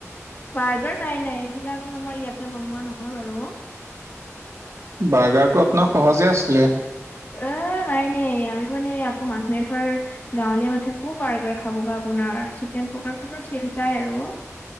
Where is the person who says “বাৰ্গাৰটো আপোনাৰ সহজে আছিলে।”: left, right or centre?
Right